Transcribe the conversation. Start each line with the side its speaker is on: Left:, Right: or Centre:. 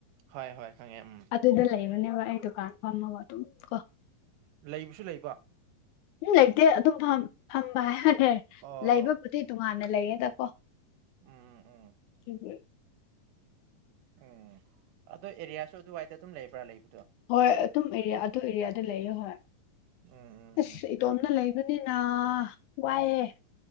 Right: ꯍꯣꯏ ꯍꯣꯏ ꯈꯪꯉꯦ ꯎꯝ
Left: ꯑꯗꯨꯗ ꯂꯩꯕꯅꯦꯕ ꯑꯩ ꯗꯨꯀꯥꯟ ꯐꯝꯃꯒ ꯑꯗꯨꯝ ꯀꯣ
Right: ꯂꯩꯕꯁꯨ ꯂꯩꯕ
Left: ꯎꯝ ꯂꯩꯇꯦ ꯑꯗꯨꯝ ꯐꯝꯕ ꯍꯥꯏꯔꯔꯦ
Right: ꯑꯣ
Left: ꯂꯩꯕꯕꯨꯗꯤ
Right: ꯑꯣ
Left: ꯇꯣꯉꯥꯟꯅ ꯂꯩꯌꯦꯦꯗꯀꯣ
Right: ꯎꯝ ꯎꯝ ꯎꯝ
Left: ꯎꯝ
Right: ꯎꯝ ꯑꯗꯣ ꯑꯦꯔꯤꯌꯥꯁꯨ ꯑꯗꯨꯋꯥꯏꯗ ꯑꯗꯨꯝ ꯂꯩꯕ꯭ꯔꯥ ꯂꯩꯕꯗꯣ
Left: ꯍꯣꯏ ꯑꯗꯨꯝ ꯑꯦꯔꯤꯌꯥ ꯑꯗꯨꯝ ꯑꯦꯔꯤꯌꯥꯗ ꯂꯩ ꯍꯣꯏ
Right: ꯎꯝ ꯎꯝ
Left: ꯑꯁ
Right: ꯎꯝ
Left: ꯏꯇꯣꯝꯅ ꯂꯩꯕꯅꯤꯅ ꯋꯥꯏꯑꯦ